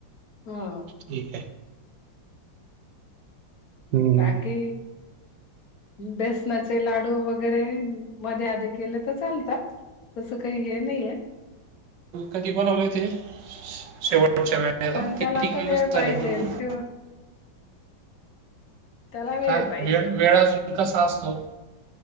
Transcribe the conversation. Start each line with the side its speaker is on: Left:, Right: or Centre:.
Left: हां.
Right: ठीकाय. हम्म.
Left: बाकी बेसनाचे लाडू वगैरे मध्ये आधी केले तर चालतात. तसं काही हे नाहीये.
Right: कधी बणवले होते, शेवटच्या वेळेला,
Left: पण
Right: किेती
Left: त्याला आता
Right: दिवस
Left: वेळ पाहिजेल
Right: झाले बनवून?
Left: शिव त्याला
Right: का
Left: पाहिजे
Right: वेळ, वेळ अजून कसा असतो?